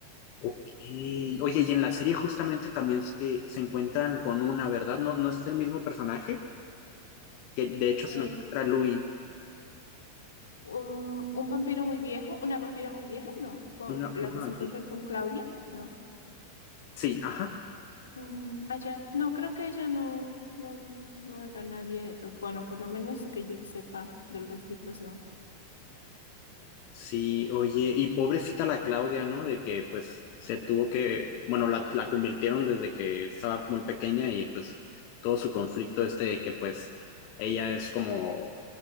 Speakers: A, on the left; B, on the left.
A: Ok. Oye, y en la serie justamente también eh, se encuentran con una, ¿verdad? No, no es el mismo personaje, que de hecho se
B: Eh,
A: lo encuentra Louis,
B: u- un vampiro muy viejo, una vampira muy vieja, no, con
A: una,
B: la
A: una
B: que
A: vampira.
B: se encuentran con Claudia, no.
A: Sí, ajá.
B: Mm, ah, ya, no, creo que ella no, no, no era nadie, eh, bueno, por lo menos que yo sepa de los libros, no.
A: Sí, oye, y pobrecita la Claudia, ¿no? De que pues se tuvo que, bueno, la, la convirtieron desde que estaba muy pequeña y pues todo su conflicto este de que pues ella es como,